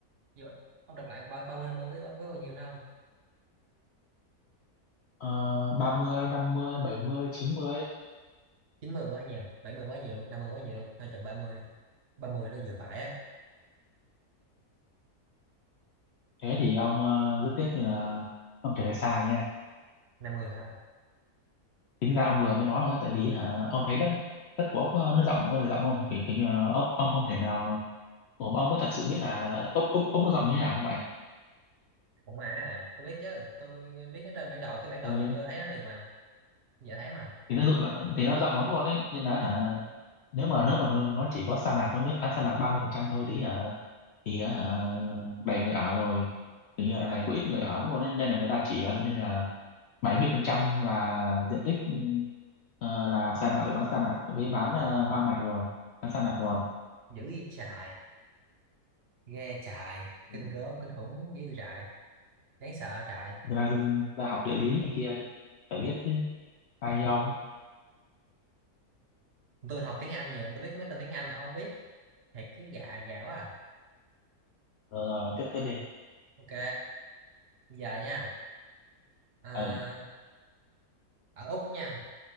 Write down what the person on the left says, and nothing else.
uh, 30, 50, 70, 90
thế thì ông ờ, rất tiếc như là ông trả lời sai nha
tính ra ông vừa mới nói là tại vì hả ông thấy đất đất của ốc ờ, nó rộng ơi là rộng không kiểu, kiểu như là ông ông không thể nào Ủa, mà ông có thật sự biết là, là ốc ốc ốc nó rộng như thế nào không vậy
ừ,
thì nó rộng là- thì nó rộng lắm luôn đấy nhưng là
hả nếu mà nếu mà nó nó chỉ có sa mạc nó mới bán sa mạc 30% thôi thì hả thì hả đầy người ở rồi tự nhiên là đằng
này có ít người ở lắm luôn nên, nên là người ta chỉ ờ, nên là bảy mươi phần trăm là diện tích ờ, là sa mạc với bán sa mạc với bán ờ,
hoang mạc rồi bán sa mạc rồi
Ừ.
người ta dân ta học địa lý này kia phải biết chứ ai như ông
rồi, rồi tiếp tiếp đi
ừ